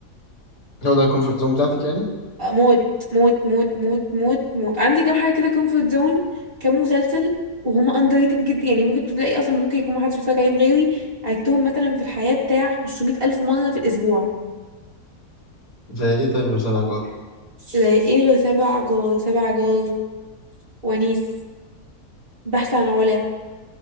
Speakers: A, on the left (about 60°); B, on the right (about 35°).
A: هو ده الكومفورت زون بتاعتي يعني
B: آه، موت موت موت موت موت موت عندي كام حاجة كده كومفورت زون كام مسلسل وهما underrated جدا يعني ممكن تلاقي اصلا ممكن يكون محدش بيتفرج عليهم غيري عدتهم مثلا في الحياة بتاع 500000 ألف مرة في الأسبوع
A: زي ايه طيب غير سبع جار
B: زي ايه غير سبع جار سبع جار ونيس بحث عن علا